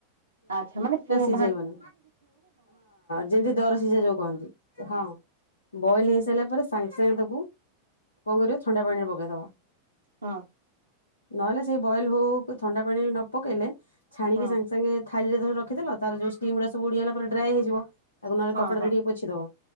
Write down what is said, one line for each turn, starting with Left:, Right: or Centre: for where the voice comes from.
Right: ଆଚ୍ଛା ମାନେ ପୁଅ
Left: ସିଝେଇ ବଳି ଯେମତି। ଯୋଗନ୍ତି। ହଁ ବଏଲ ହେଇ ସାରିଲ ପରେ ସାଙ୍ଗେ ସାଙ୍ଗେ ତାକୁ କଣ କରିବ ଥଣ୍ଡା ପାଣିରେ ପକେଇଦବା।
Right: ହଁ
Left: ନହେଲେ ସେ ବଏଲ ହଉ ହଉ। ଥଣ୍ଡା ପାଣିରେ ନ ପକେଇଲେ ଛାଣିକି
Right: ହଁ
Left: ସାଙ୍ଗେସାଙ୍ଗେ ଥାଳିରେ ଧର ରଖିଦେ ତାର ଯୋଉ ଷ୍ଟିମ ଗୁଡା ସବୁ ଉଡିଗଲା ପରେ ଡ୍ରାଏ ହେଇଯିବ। ତାକୁ ନହେଲେ
Right: ହଁ
Left: କପଡ଼ାରେ
Right: ହଁ
Left: ଟିକେ ପୋଛିଦବ।